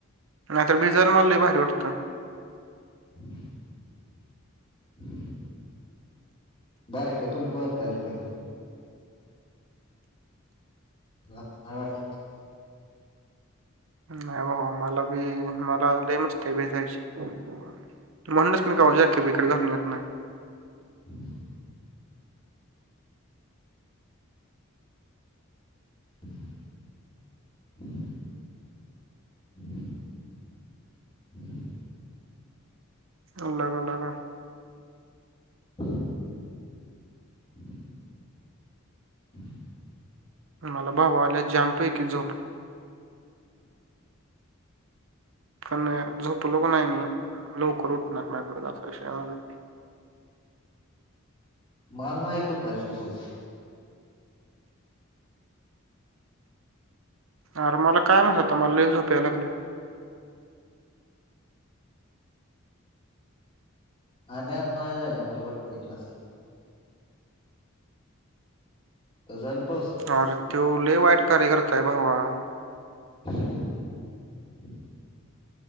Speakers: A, on the right; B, on the left.
A: नाहीतर भिजला माला लय भारी वाटतं.
B: <inaudible> ह <inaudible> बारके पणी बरतेल ते. <unintelligible>
A: नाही बाबा मला बी मला लई मस्तीय भिजायची. म्हणूनस मी कवा जाॅकेट बिकेट घलून येत नाय.
B: ह <inaudible> <inaudible> <inaudible>
A: अ लगा लगा.
B: ह <inaudible> ह <inaudible> ह <inaudible>
A: मला भाऊ आल्या जांम पैकी झोप. पण यार झोपलो का नाय मी. लवकर उठणार नाही परत <unintelligible>
B: मला नाय येत. दुपारची झोप.
A: अरे मला काय म्हहीता. मला लई झोप् यायला लागले.
B: आणल्या आज नय जायल का मला वाटतंय क्लासला. तो जाईल पावसात.
A: अरे तो लेय वाईट कार्य करताय भावा.
B: ह <inaudible>